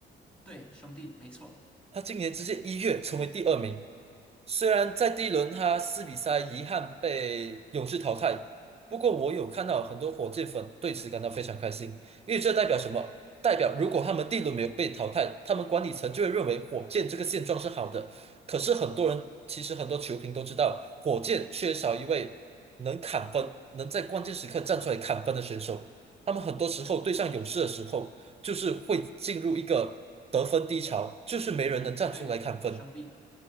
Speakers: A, in the centre; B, on the right.
A: 对，兄弟，没错。
B: 他今年直接一跃成为第二名。虽然在第一轮他四比三遗憾被勇士淘汰，不过我有看到很多火箭粉对此感到非常开心，因为这代表什么？代表如果他们第一轮没有被淘汰，他们管理层就会认为火箭这个现状是好的。可是很多人，其实很多球评都知道，火箭缺少一位能砍分、能在关键时刻站出来砍分的选手。他们很多时候对上勇士的时候。就是会进入一个得分低潮，就是没人能站出来砍分。
A: 对，兄弟，